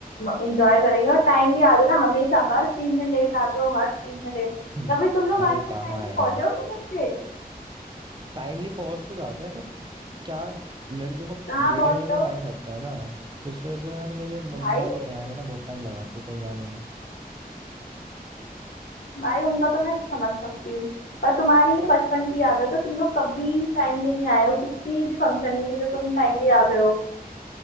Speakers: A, on the left; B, on the right.
A: एंजॉय करेंगे और टाइमली आ जाना हमेशा हर चीज में लेट आते हो हर चीज में लेट
B: हम्म,
A: कभी तुम लोग
B: अरे
A: आज तक
B: कहाँ
A: टाइमली
B: यार
A: पहुंचे हो अपने घर से
B: टाइमली पहुंच तो जाते हैं पर क्या लड़कियों को
A: कहाँ
B: रेडी
A: पहुंचते
B: होने में
A: हो
B: टाइम लगता है ना तो इस वजह से यार मेरे मम्मी
A: भाई
B: और ये बहन है ना बहुत टाइम लगाती है कहीं जाने में
A: भाई उनका तो मैं समझ सकती हूँ पर तुम्हारी ये बचपन की आदत है तुम लोग कभी टाइमली नहीं आए हो किसी भी फंक्शन में कि जो तुम टाइमली आ गए हो